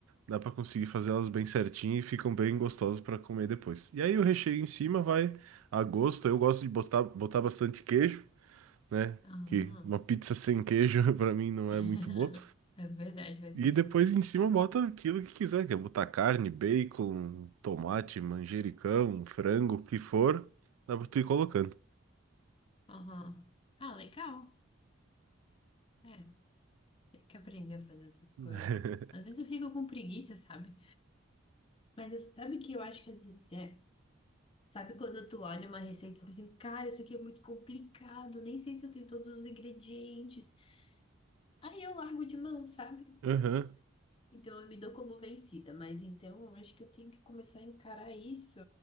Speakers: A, on the right (about 85°); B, on the left (about 25°).
A: dá para conseguir fazer elas bem certinho e ficam bem gostosas para comer depois. E aí o recheio em cima vai a gosto. Eu gosto de botar, botar bastante queijo, né?
B: Ah,
A: Que uma pizza sem queijo <laughs> para mim não
B: <laughs>
A: é muito boa.
B: é verdade, faz
A: E
B: sentido.
A: depois em cima bota aquilo que quiser, quer botar carne, bacon, tomate, manjericão, frango, o que for, dá pra tu ir colocando.
B: Aham. Ah, legal. É, tem que aprender a fazer essas
A: <laughs>
B: coisas. Às vezes eu fico com preguiça, sabe? Mas eu- sabe que eu acho que às vezes é. Sabe quando tu olha uma receita e tu pensa, assim, cara, isso aqui é muito complicado, nem sei se eu tenho todos os ingredientes. Aí eu largo de mão, sabe?
A: Aham,
B: Então eu me dou como vencida, mas então eu acho que eu tenho que começar a encarar isso,